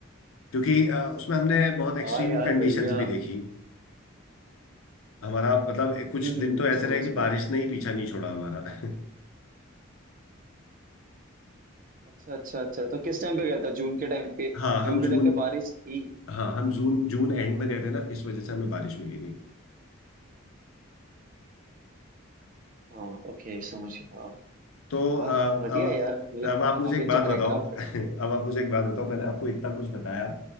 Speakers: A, on the left (about 75°); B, on the right (about 40°).
A: क्योंकि अ, उसमें हमने बहुत एक्सट्रीम
B: हाँ यार
A: कंडीशंस
B: बढ़िया
A: भी देखी हमारा मतलब कुछ
B: हम्म
A: दिन
B: हम्म,
A: तो ऐसे
B: समझ
A: रहे कि
B: गया
A: बारिश ने ही पीछा नहीं छोड़ा हमारा <laughs>
B: अच्छा अच्छा अच्छा तो किस टाइम पे गया था जून के टाइम पे
A: हाँ
B: जून
A: हम जून
B: के टाइम पे बारिश थी
A: हाँ हम जून जून एंड में गए थे ना इस वजह से हमें बारिश मिली नहीं
B: हाँ ओके समझ गया हाँ
A: तो
B: यार
A: अ,
B: बढ़िया
A: अब
B: है यार मतलब
A: अब आप
B: काफी
A: मुझे एक
B: अच्छा
A: बात
B: ट्रैक
A: बताओ
B: है आपका
A: <laughs>
B: इसका मतलब
A: अब आप मुझे एक बात बताओ मैंने आपको इतना कुछ बताया